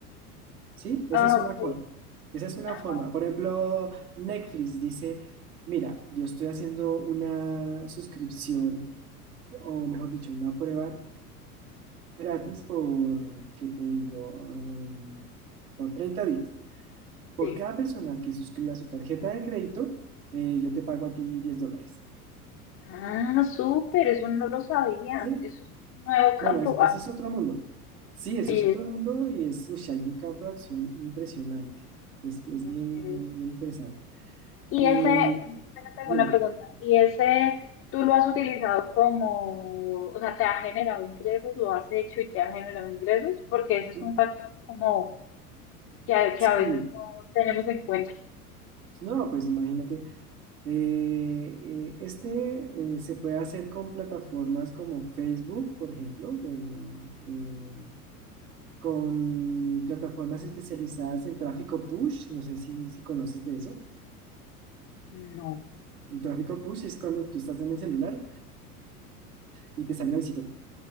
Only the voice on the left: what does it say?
Ah,
ok.
Ajá,
sí.
Ah, súper, eso no lo sabía.
Eso es un nuevo
campo.
Ah,
sí,
ok.
Y
ese, tengo
una pregunta, y ese tú lo has utilizado como, o sea, te ha generado ingresos, lo has hecho y te ha generado ingresos, porque ese es
un factor como que a, que
a veces no tenemos en cuenta.
No.